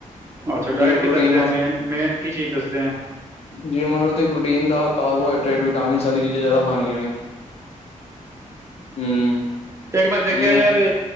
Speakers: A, on the right (about 20°); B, on the left (about 50°).
A: ਅੱਛਾ ਡਾਇਟ
B: ਜੀ
A: ਕੀ
B: ਪ੍ਰੋਟੀਨ
A: ਦੱਸਦੇ ਆ ਮੇਨ ਮੇਨ ਕੀ ਚੀਜ਼ ਦੱਸਦੇ ਆ
B: ਜੇ ਮੰਨ ਲਓ ਤੁਸੀਂ ਪ੍ਰੋਟੀਨ ਦਾ ਕਾਰਬੋ ਡਾਇਟ ਵਿੱਚ ਵਿਟਾਮਿਨਸ ਵਾਲੀ ਚੀਜ਼ਾਂ ਜ਼ਿਆਦਾ ਖਾਣੀਆਂ ਨੇ ਹੂੰ
A: ਇਕ ਮੈਂ ਦੇਖਿਆ
B: ਜਿਵੇਂ
A: ਯਾਰ